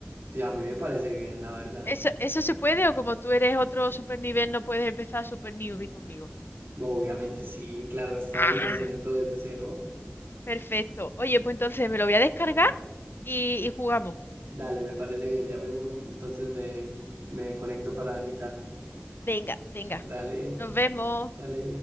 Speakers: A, on the right; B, on the left.
A: sí, a mí me parece bien, la verdad.
B: ¿Eso, eso se puede o como tú eres otro super nivel no puedes empezar super newbie conmigo?
A: Obviamente sí, claro está,
B: Ah.
A: y te enseña todo desde cero.
B: Perfecto. Oye, pues entonces me lo voy a descargar y, y jugamos.
A: Dale, me parece bien. Ya mismo entonces me, me conecto para invitarte.
B: Venga, venga.
A: Dale,
B: Nos vemos.
A: dale.